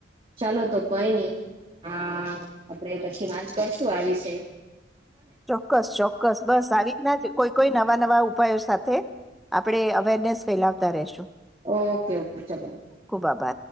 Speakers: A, on the right; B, in the centre.
A: ચાલો તો કોઈ નહી આ આપણેે પછી વાત કરશું આ વિષ
B: ચોક્કસ ચોક્કસ બસ આવી જ ના જ કોઈ કોઈ નવા નવા ઉપાયો સાથે આપણેે અવેરનેસ ફેલાવતા રહશું
A: ઓકે ઓકે ચલો
B: આભાર